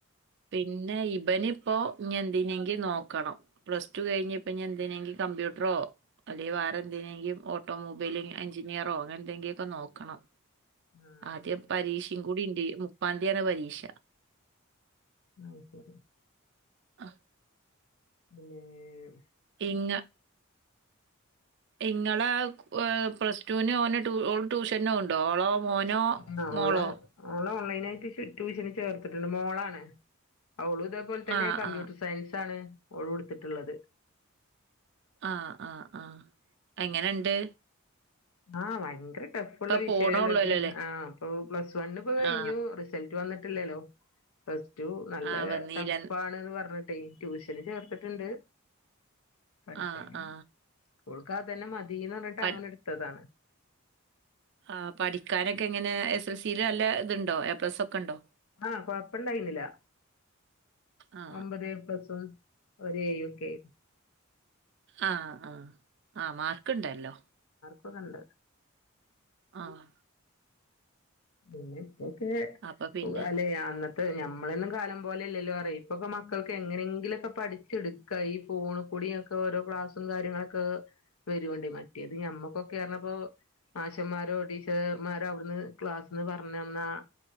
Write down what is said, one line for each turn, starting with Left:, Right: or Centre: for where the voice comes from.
Right: പിന്നെ ഇബനി ഇപ്പോൊ എന്തിനെങ്കിലും നോക്കണം പ്ലസ് ടു കഴിഞ് ഇപ്പൊ ഞൻ എന്തിനെങ്കും കമ്പ്യൂട്ടറോ അല്ലെങ്ക വേറെ എന്തിനെങ്കിലും ഓട്ടോമൊബൈൽ എഞ്ചിനിയറോ അങ്ങനെ എന്തെങ്കിലൊക്കെ നോക്കണം
Left: ആഹ്
Right: ആദ്യം പരീക്ഷയും കൂടി ഉണ്ട് മുപ്പാന്തിയാണ് പരീക്ഷ
Left: അ ശരി.
Right: ആഹ്
Left: പിന്നെ
Right: ഇങ് ഇങ്ങളെ പ്ലസ് ടുവിന് മ ഓന് ഓ ട്യൂഷനോ ഉണ്ടോ ഓളോ മോനോ
Left: ആ
Right: മോളോ
Left: ഓളെ ഓളെ ഓൺലൈനായിട്ട് ട്യൂഷന് ചേർത്തിട്ടുണ്ട് മോളാണ്. ആ ഉള്ളൂ ഇതേപോലെ തന്നെ
Right: ആ
Left: കമ്പ്യൂട്ടർ
Right: ആ
Left: സയൻസ് ആണ്. ഓള് ഉടുത്തിട്ടുള്ളത്.
Right: ആഹ് ആഹ് ആഹ്. എങ്ങനെുണ്ട്.
Left: ആ ഭയങ്കര ടഫുള്ള
Right: ഇപ്പൊ
Left: വിഷയല്ലേ
Right: പോണുള്ളൂല്ലോ
Left: അത്
Right: അല്ലേ
Left: ആ അപ്പൊ പ്ലസ് വണ് ഇപ്പോ കഴിഞ്ഞു
Right: ആ
Left: റിസൾട്ട് വന്നിട്ട് ട്ട് ല്ലല്ലോ. ഏറ്റ നല്ല
Right: ആ വന്നീല
Left: ടഫ് ആാണ്ന്ന് പറഞ്ഞി ട്യൂഷന് ചേർത്ത ണ്ട് പഠിക്കാന്
Right: ആ ആ
Left: ഓൾക്കതന്നെ മത് തീന്ന്
Right: പഠി-
Left: പറഞ്ഞിട്ട് <unintelligible> ആണല്ലേ
Right: ആ പഠിക്കാനൊക്കെ ഇങ്ങനെ എസ് എസ് എൽ സിൽ നല്ല ഇതുണ്ടോ എ പ്ലസ് ഒക്കെ ഇണ്ടോ?
Left: ആ കൊഴപ്പണ്ടായിന്നില്ല
Right: ആ
Left: ഒമ്പത് എ പ്ലസും ഒര് എ യൊക്കെ ആയിരുന്നു.
Right: ആ ആ ആ മാർ ക്കിണ്ടല്ലോ.
Left: ക്കൊക്കിണ്ട്.
Right: ആഹ്
Left: പിന്നെ തൊക്കെ
Right: അപ്പൊ പിന്നെ
Left: വലയ അന്നത് ക്ക് ഞമ്മളൊന്നും കാലം പോലെ ഇല്ലല്ലോ പറയ ഇപ്പൊക്കെ മക്കൾക്ക് എങ്ങനെങ്കിലൊക്കെ പഠിച്ചെടുക്കാ ഈ ഫോൺ കൂടിയൊക്കെ ഓരോ ക്ലാസ്സും കാര്യങ്ങളൊക്കെ വരുവണ്ടേ മറ്റേത് ഞമ്മക്കൊക്കെ ആർന്നപ്പോ മാശ്ന്മാരോ ടീച്ചർമാരോ അവിടുന്ന് ക്ലാസ്ന്ന് പറഞ്ഞന്നാ